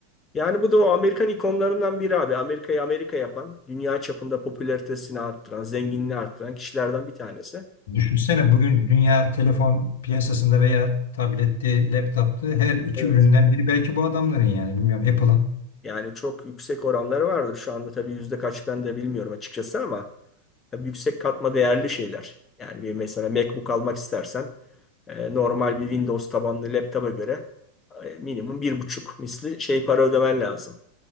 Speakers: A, on the left; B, on the left.
A: Yani bu da o Amerikan ikonlarından biri abi. Amerika'yı Amerika yapan, dünya çapında popülaritesini arttıran, zenginliğini arttıran kişilerden bir tanesi.
B: Düşünsene bugün dünya telefon piyasasında veya tabletti, laptoptu her iki
A: Evet.
B: üründen biri belki bu adamların yani bilmiyorum Apple'ın.
A: Yani çok yüksek oranları vardır. Şu anda tabii yüzde kaç ben de bilmiyorum açıkçası ama tabii yüksek katma değerli şeyler. Yani bir mesela MacBook almak istersen e, normal bir Windows tabanlı laptopa göre e, minimum bir buçuk misli şey para ödemen lazım.